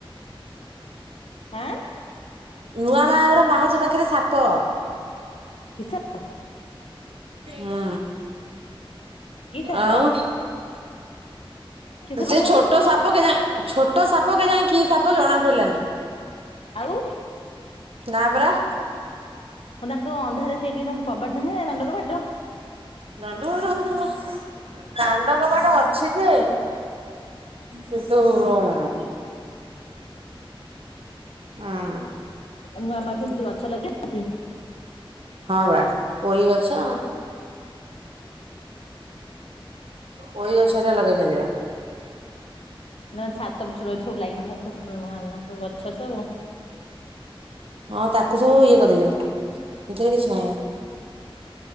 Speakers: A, on the left; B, on the right.
A: ଆଁ।
B: ନୂଆ ମା ଘର ପାହାଚ ପାଖେରେ ସାପ।
A: କି ସାପ
B: ହୁଁ
A: କି ସାପ
B: ଆଉ।
A: କି ସାପ
B: ସେ
A: କହୁନୁ?
B: ଛୋଟ ସାପ କେଜାଣି ଛୋଟ ସାପ କେଜାଣି କି ସାପ ଜଣାପଡିଲାନି।
A: ଆଉ?
B: ନା ପରା।
A: କଁ ତାଙ୍କ ଅନ୍ଧାର ସେଇଠି ତାଙ୍କ କବାଟ ନାହିଁନା ଦାନ୍ଦ କବାଟ?
B: ଦାଣ୍ଡ କବାଟ ଅଛି ତାଙ୍କର ଦାଣ୍ଡ କବାଟ ଅ ଅଛି ଯେ କିନ୍ତୁ ଉମ୍ ଉଁ
A: ମୁଁ ଆମା ସେମତି ଗଛ ଲଗାନ୍ତି?
B: ହଁ ବା ପୋଇ ଗଛ ପୋଇ ଗଛ ଏକା ଲଗେଇଚନ୍ତି ବା।
A: ନା ଛାତକୁ ସବୁ ଏଠି ସବୁ ଲାଗିିନଥାଏ ସବୁ ଫୁଲ ଆନା ସବୁ ଗଛ ସବୁ।
B: ହଁ ତାକୁ ସବୁ ଇଏ କରିଦେଇଚନ୍ତି ସେଥିରେ କିଛି ନାହିଁ ଆଉ।